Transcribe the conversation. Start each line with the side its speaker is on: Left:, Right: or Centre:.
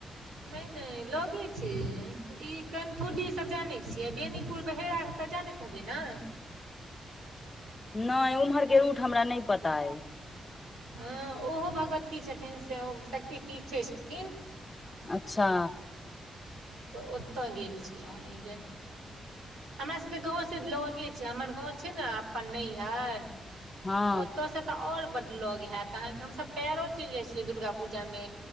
Right: नहि नहि लगे छै ई कंठूडी सब जानै छियै बेनीपुर बहेरा तऽ जानैत त हेबई न
Left: नहि ओम्हरके रूट हमरा नहि पता अइ
Right: हँ ओहो भगवती छथिन सेहो शक्ति पीठे छथिन
Left: अच्छा
Right: तऽ ओतय गेल छलहुँ हन एहि बेर हमरा सबके गाँव से लैग छै हमर गाँव छै ने अपन नैहर
Left: हँ
Right: ओतय से तऽ और बड्ड ल‌ग हैयत अहाँके हमसभ पैरो चलि जाइ छलियै दुर्गा पूजामे